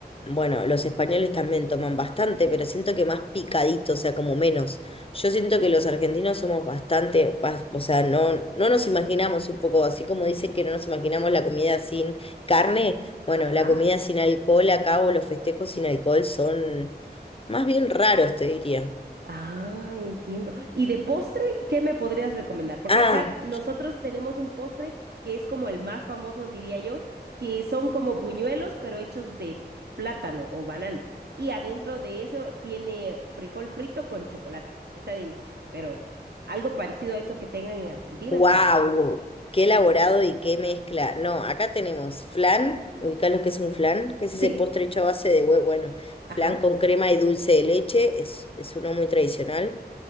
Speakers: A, on the left (about 35°); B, on the right (about 70°).
A: bueno, los españoles también toman bastante, pero siento que más picadito, o sea, como menos. Yo siento que los argentinos somos bastante, bas- o sea, no, no nos imaginamos un poco, así como dice que no nos imaginamos la comida sin carne, bueno,
B: Ajá.
A: la comida sin alcohol acá o los festejos sin alcohol son más bien raros, te diría.
B: Ah, entiendo. ¿Y de postre, qué me podrías recomendar? Porque
A: Ah.
B: acá nosotros tenemos un postre que es como el más famoso, diría yo, que son como buñuelos, pero hechos de plátano o banano. Y adentro de eso tiene frijol frito con chocolate. Está delicioso, pero algo parecido a eso que tengan en Argentina,
A: Wow,
B: como...
A: qué elaborado y qué mezcla. No, acá tenemos flan, ubicás lo que es un flan, que es
B: Sí.
A: ese postre hecho a base de huevo, bueno,
B: Ajá,
A: flan con crema y dulce de leche, es, es uno muy tradicional.